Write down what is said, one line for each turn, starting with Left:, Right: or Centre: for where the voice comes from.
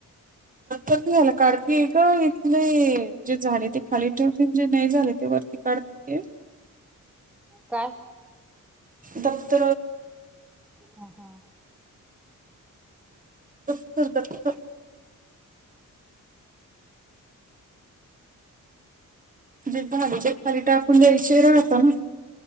Right: झा का का इथ नाही जे झाले ते खाली ठेवून जे नाही झाले ते वरती काढते ये
Centre: काय
Right: दत
Centre: हम हा
Right: दत्तर दत्त म्हणजे झाडीच्या पाली टाकून द्यायचे राहता ना